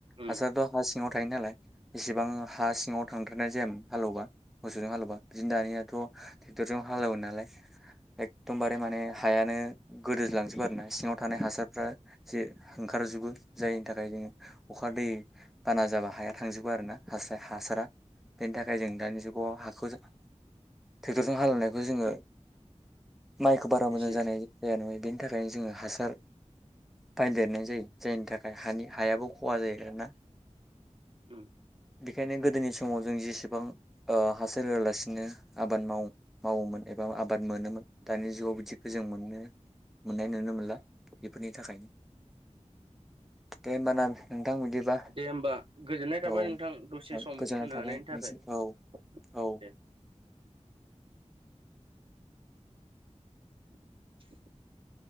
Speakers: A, in the centre; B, on the right.
A: हासार
B: उम
A: <unintelligible> सिङाव थाय नालाय एसेबां हा सिङाव थांद्रानाय जायामोन हालेवबा मोसौजों हालेवबा बिदिनो दानियाथ' ट्रेक्टरजों हालेवो नालाय । एखदमबारे माने हायानो गोदोज्लांजोबो आरो ना सिङाव थानाय हासारफ्रा जे ओंखारजोबो जायनि थाखाय जोङो अखा दै बाना जाबा हाया थांजोबो आरो ना हासारा बेनि थाखाय जों दानि जुगाव हाखौ ट्रेक्टरजों हालेवनायखौ जोङो माइखौ बारा
B: एसे
A: मोजां जानाय जाया नुनो बेनि थाखायनो जोङो हासार बायदेरनाय जायो जायनि थाखाय हानि हायाबो खहा जायो आरोना ।
B: ओम
A: बेखायनो गोदोनि समाव जों जेसेबां ओ हासार होआलासिनो आबाद माव मावोमोन एबा आबाद मोनोमोन दानि जुगाव बिदिखौ जों मोननो मोननाय नुनो मोनला बेफोरनि थाखायनो दे होमबा ना? बिदिबा
B: दे होमबा गोजोननाय थाबाय
A: औ
B: नोंथां दसे सम
A: गोजोननाय
B: होनो
A: थाबाय
B: हानायनि
A: नोंसिम
B: थाखाय दे
A: औ औ
B: । <inaudible>